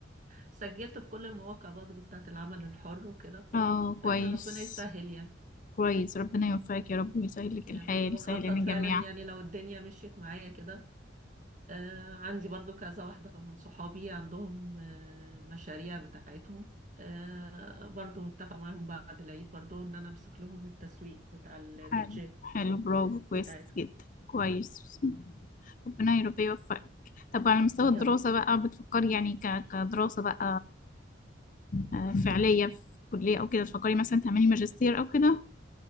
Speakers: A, on the right; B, on the left.
A: سجلت في كل المواقع برضو بتاعت العمل الحر وكده ففعلا
B: اه كويس
A: ربنا يسهل يعني
B: كويس ربنا يوفقك يا رب ويسهل لك
A: يعني
B: الحال
A: انا بخطط
B: يسهل لنا
A: فعلا
B: جميعا
A: يعني لو الدنيا مشيت معايا كده آه عندي برضو كذا واحدة من صحابي عندهم آه مشاريع بتاعتهم آه برضو متفق معاهم بعد العيد برضو ان انا امسك لهم التسويق بتاع البيدجيت
B: حلو حلو برافو كويس
A: بتاعتهم
B: جدا كويس ربنا يا رب يوفقك طب على مستوى
A: يا
B: الدراسة بقى بتفكري يعني ك- كدراسة بقى آه، فعلية في كلية أو كده تفكري مثلا تعملي ماجستير أو كده